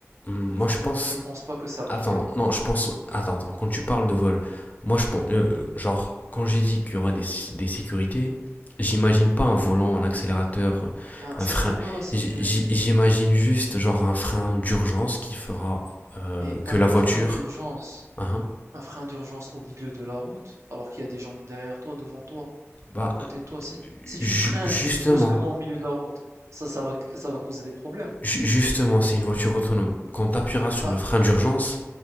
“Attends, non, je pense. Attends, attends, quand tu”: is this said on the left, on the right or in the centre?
Left